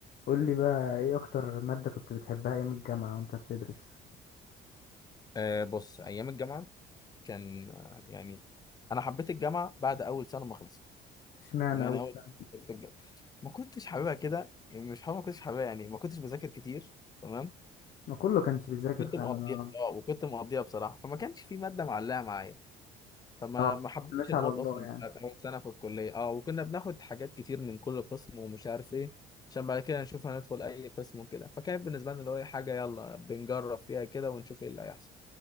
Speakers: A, on the left; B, on the left.
A: قول لي بقى ايه اكتر مادة كنت بتحبها ايام الجامعة وانت بتدرس
B: أه بص ايام الجامعه كان آه، يعني انا حبيت الجامعه بعد اول سنه ما خلصت
A: اشمعنى
B: يعني
A: اول
B: اول
A: سنة
B: في الجامعه ما كنتش حاببها كده يعني مش حابب ما كنتش حاببها يعني ما كنتش بذاكر كتير تمام
A: ما كله كانش بيذاكر
B: كنت
A: فعلا
B: مقضيها
A: انا
B: اه وكنت مقضيها بصراحه فما كانش في ماده معلقه معايا فما
A: اه
B: ما حبيتش
A: كنت ماشي
B: المواد
A: على الله
B: اصلا
A: يعني
B: بتاعت اول سنه في الكليه اه وكنا بناخد حاجات كتير من كل قسم ومش عارف ايه عشان بعد كده نشوف هندخل اي قسم وكده فكانت بالنسبه لنا اللي هو إيه، حاجه يلا بنجرب فيها كده ونشوف ايه اللي هيحصل